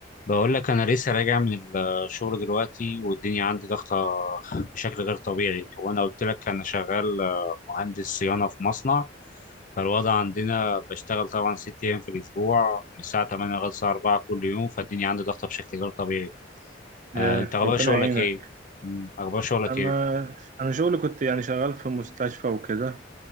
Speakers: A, on the left (about 45°); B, on the right (about 45°).
A: بقول لك انا لسه راجع من الشغل دلوقتي والدنيا عندي ضغطه بشكل غير طبيعي وانا قلت لك انا شغال آه، مهندس صيانه في مصنع فالوضع عندنا بشتغل طبعا ست ايام في الاسبوع من الساعه 8 لغايه الساعه 4 كل يوم فالدنيا عندي ضغطه بشكل غير طبيعي
B: يا
A: آه، انت اخبار
B: ربنا
A: شغلك
B: يعينك
A: ايه مم، اخبار شغلك
B: انا
A: ايه
B: انا شغلي كنت يعني شغال في مستشفى وكده